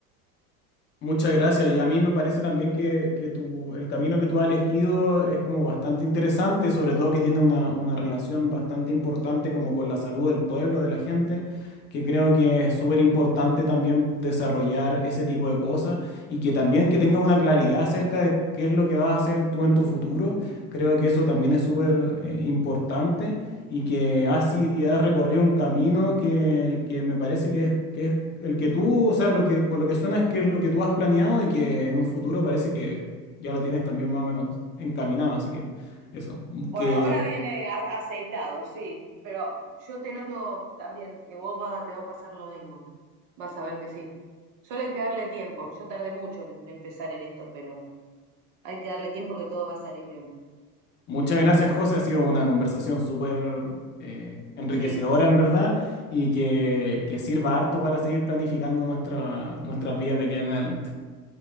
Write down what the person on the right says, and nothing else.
Por
ahora viene a- aceitado, sí, pero yo te noto también que vos va- te va a pasar lo mismo, vas a ver que sí. Solo hay que darle tiempo, yo tardé mucho en empezar en esto, pero hay que darle tiempo que todo va a salir bien.
Sí,